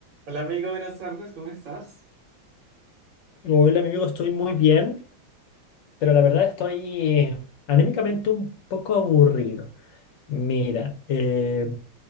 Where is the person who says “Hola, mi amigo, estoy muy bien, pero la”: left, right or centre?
Left